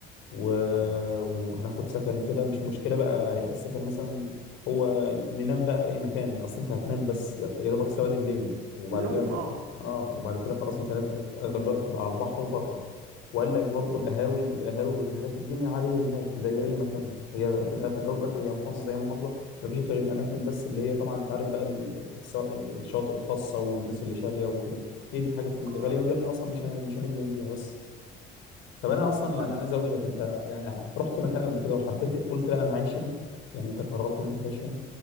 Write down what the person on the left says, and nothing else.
و...
وهناخد سكن كده مش مشكلة بقى هيبقى السكن مثلا هو ننام بقى في أي مكان أصل أنت هتنام بس يا يا دوبك سواد الليل وبعد
كده أنت
آه وبعد كده خلاص أنت لاز- أغلب الوقت هتبقى على البحر وبره وقال لك برضو
القهاوي القهاوي والحاجات الدنيا عادية هناك زي أي مكان هي في الآ- في الأول والآخر هي محافظة زي محافظة مفيش غير الأماكن بس اللي هي طبعا أنت عارف بقى ال- السوا- الشواطئ الخاصة والناس اللي شارية وكده هي دي الحاجات الغالية
ودي إحنا أصلا مش هن- مش هنيجي جنبيها بس طب انا اصلا
يعني عايز اقول لك انت يعني رحت مكان قبل كده وحبيت قلت لا انا هعيش هنا يعني انت قررت ان انت تعيش هنا